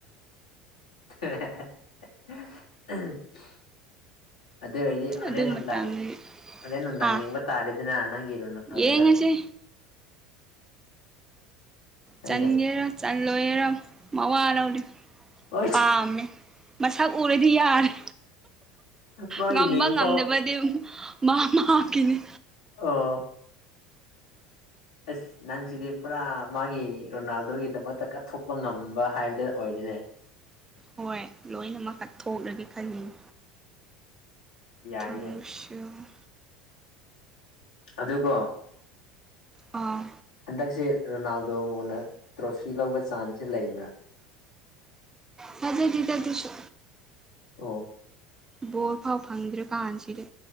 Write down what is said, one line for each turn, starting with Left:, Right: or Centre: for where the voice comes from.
Left: <inaudible> ꯑꯗꯨ ꯑꯣꯏꯔꯗꯤ ꯍꯣꯔꯦꯟ
Right: ꯑꯗꯨ
Left: ꯅꯨꯡꯗꯥꯡ
Right: ꯃꯇꯝꯗꯨ
Left: ꯍꯣꯔꯦꯟ ꯅꯨꯡꯗꯥꯡ
Right: ꯑꯥ
Left: ꯌꯦꯡꯕ ꯇꯥꯔꯦꯗꯅ ꯅꯪꯒꯤ ꯔꯣꯅꯥꯜꯗꯗ
Right: ꯌꯦꯡꯉꯁꯤ
Left: ꯑꯩꯅꯦ
Right: ꯆꯟꯒꯦꯔꯥ ꯆꯜꯂꯣꯏꯔꯥ ꯃꯋꯥ ꯂꯧꯗꯦ
Left: ꯑꯣꯏ
Right: ꯄꯥꯝꯃꯦ ꯃꯁꯛ ꯎꯔꯗꯤ ꯌꯥꯔꯦ
Left: ꯃꯥꯒꯤ
Right: ꯉꯝꯕ
Left: ꯃꯤꯡ
Right: ꯉꯝꯗꯕꯗꯤ
Left: ꯐꯥꯎ
Right: ꯃꯥ ꯃꯥꯒꯤꯅꯤ
Left: ꯑꯣ ꯑꯁ ꯅꯪꯁꯤꯗꯤ ꯄꯨꯔꯥ ꯃꯥꯒꯤ ꯔꯣꯅꯥꯜꯗꯣꯒꯤꯗꯃꯛꯇ ꯀꯠꯊꯣꯛꯄ ꯉꯝꯕ ꯍꯥꯏꯕꯗ ꯑꯣꯏꯔꯦꯅꯦ
Right: ꯍꯣꯏ ꯂꯣꯏꯅ ꯃꯛ ꯀꯠꯊꯣꯛꯔꯒꯦ ꯈꯜꯂꯤꯅꯤ
Left: ꯌꯥꯏꯅꯦ
Right: ꯊꯔꯃꯨꯁꯤꯌꫭ
Left: ꯑꯗꯨꯀꯣ
Right: ꯑꯥ
Left: ꯍꯟꯗꯛꯁꯦ ꯔꯣꯅꯥꯜꯗꯣꯕꯨꯅ ꯇ꯭ꯔꯣꯐꯤ ꯂꯧꯕ ꯆꯥꯟꯁꯦ ꯂꯩꯕ꯭ꯔꯥ
Right: ꯊꯥꯖꯗꯦꯗꯗꯨꯁꯨ
Left: ꯑꫭ
Right: ꯕꯣꯜ ꯐꯥꯎ ꯐꯪꯗ꯭ꯔ ꯀꯥꯟꯁꯤꯗ